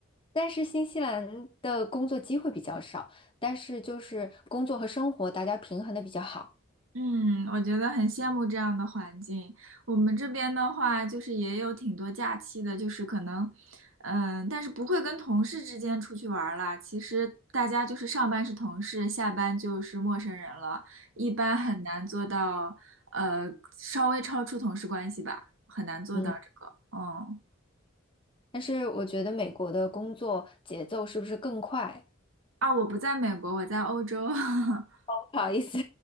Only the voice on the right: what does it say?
嗯，我觉得很羡慕这样的环境。我们这边的话，就是也有挺多假期的，就是可能，嗯，但是不会跟同事之间出去玩儿啦。其实大家就是上班是同事，下班就是陌生人了，一般很难做到，呃，稍微超出同事关系吧，很难做到这个。
嗯，
啊，我不在美国，我在欧洲。<laughs>